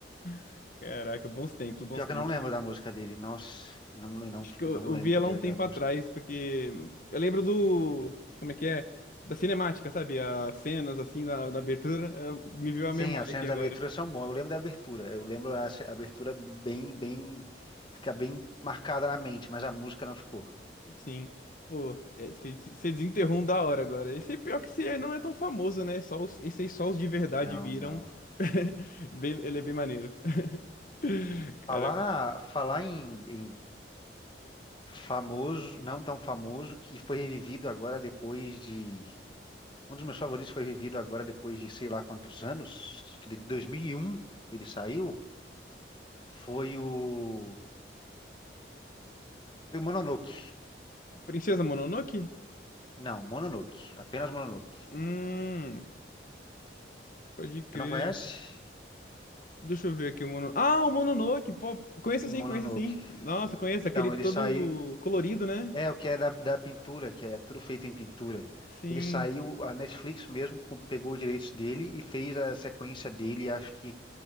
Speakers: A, on the left (about 45°); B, on the left (about 25°).
A: <laughs> Caraca, bons tempos, bons
B: Pior
A: tempos.
B: que eu não lembro da música dele. Nossa, eu não, le- não,
A: Acho que eu,
B: eu não
A: eu
B: lembro
A: vi ela
B: de-
A: um tempo
B: da música.
A: atrás, porque eu lembro do. Como é que é? Da cinemática, sabe? As cenas assim na, na abertura. eh, Me veio a memória
B: Sim, as cenas
A: aqui agora
B: da abertura são boas. Eu lembro da abertura. Eu lembro a ce- a abertura bem, bem. Fica bem marcada na mente, mas a música não ficou.
A: Sim. Pô, você desenterrou um da hora agora. Esse é pior que esse aí não é tão famoso, né? Só os, esse aí só os de verdade
B: Não,
A: viram.
B: não.
A: <laughs> Bem- ele é bem maneiro. <laughs> Caraca.
B: Falar, falar em, em famoso, não tão famoso, que foi revivido agora depois de. Um dos meus favoritos foi revivido agora depois de sei lá quantos anos, acho que de 2001 ele saiu, foi o. Foi o Mononoke.
A: Princesa Mononoke?
B: Não, Mononoke, apenas Mononoke.
A: Hum, pode crer.
B: Você não conhece?
A: Deixa eu ver aqui o Mononoke. Ah, o Mononoke! Pô, conheço
B: O
A: sim,
B: Mononoke.
A: conheço sim. Nossa, conheço.
B: Então,
A: Aquele todo
B: ele saiu.
A: colorido, né?
B: É, o que é da, da pintura, que é tudo feito em pintura.
A: Sim.
B: Ele saiu, a Netflix mesmo co- pegou os direitos dele e fez a sequência dele. Acho que